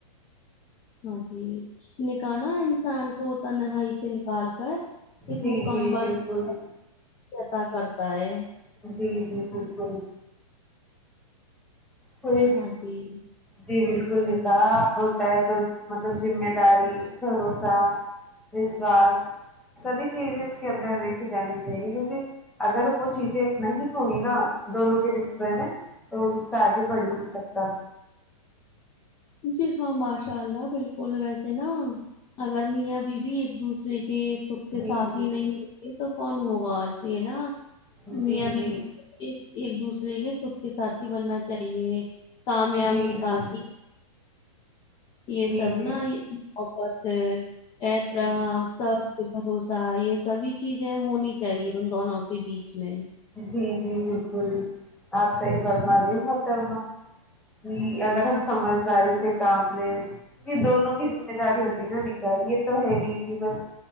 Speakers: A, on the left; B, in the centre.
A: ہاں جی نکاح نہ انسان کو تنہائی سے نکال کر ایک
B: جی
A: مکمل
B: جی بالکل
A: <unintelligible> عطا کرتا ہے
B: جی جی بالکل کوئی
A: ہاں جی
B: جی بالکل نکاح ہوتا ہے تو مطلب ذمہ داری بھروسہ وشواس سبھی چیزیں اس کے اندر دیکھی جانی چاہیے کیونکی اگر وہ چیزیں نہیں ہوگی نا دونوں کے رشتےے میں تو آگے بڑھی نہیں سکتا
A: جی ہاں ماشاء اللہ بالکل ویسے نا اگر میاں بیوی ایک دوسرے کے کے
B: جی
A: ساتھ
B: جی
A: ہی نہیں یہ تو کون ہوگا ای سے ہے نا
B: جی
A: میاں
B: جی
A: بیی ایک ایک دوسرے کے سکھ کے ساتھ ہی بننا چاہیے کامیاب
B: جی
A: نکال
B: جی
A: کے یے
B: جی
A: سب نا بہت احترام
B: جی
A: سب بھروسہ یے سبھی چیزیں ہونی چاہیے ان دونوں کے بیچ میں
B: جی جی بالکل آپ صحیح فرما رہی ہو محترمہ جی اگر ہم سمجھداری سے کام لیں کیونکہ دونوں کی ذمہ داری ہوتی ہے نا نکا یے تو ہے نہیں کی بس